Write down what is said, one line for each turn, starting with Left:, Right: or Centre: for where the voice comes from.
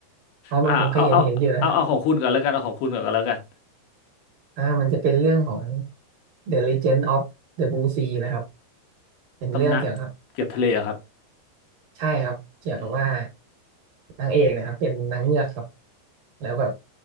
Right: เอามันผมเคยเห็นเห็นอยู่นะฮะ
Left: อ่าเอาเอาเอาเอาของคุณก่อนแล้วกันเอาของคุณก่อนก็แล้วกัน
Right: อ่ามันจะเป็นเรื่องของ The Legend of the Blue Sea นะครับเป็นเรื่องเกี่ยวกับ
Left: ตำนานเกือบทะเลเหรอครับ
Right: ใช่ครับเกี่ยวกับว่า
Left: อืม
Right: นางเอกนะครับเป็นนางเงือกครับแล้วแบบ